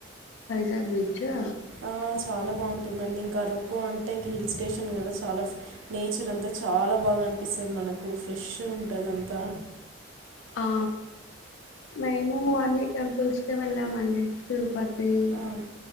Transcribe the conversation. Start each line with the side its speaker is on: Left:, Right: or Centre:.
Left: గ్ బీచు
Right: ఆ చాలా బావుటుందన్డి ఇంకా అరకు అంటే ఇంకా హిల్ స్టేషన్ గదా చాలా నేచర్ అంతా చాలా బాగా అనిపిస్తున్ది మనకు ఫ్రెష్గుంటది అంతా
Left: ఆ మేము అన్ని టెంపుల్స్క్ వెళ్ళమండి తిరుపత్ త్ ఉమ్
Right: అవును